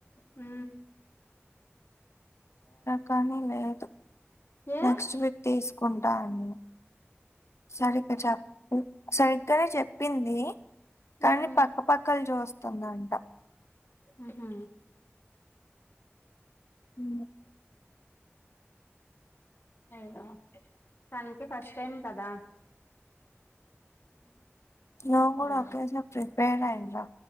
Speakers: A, on the left (about 55°); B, on the left (about 75°).
A: హు
B: కానీ లేదు
A: ఏ
B: నెక్స్ట్ వీక్ తీసుకుంటా అన్నా సరిగ్గా సరిగ్గానే చెప్పింది కానీ
A: ఉమ్
B: పక్క పక్కలు చూస్తుందంట
A: ఉహు
B: ఉమ్,
A: అయ్యో తనకి ఫస్ట్ టైమ్ కదా
B: నువ్వు కూడా
A: ఇలాగ
B: ఒకేసారి ప్రిపేర్ అయి రా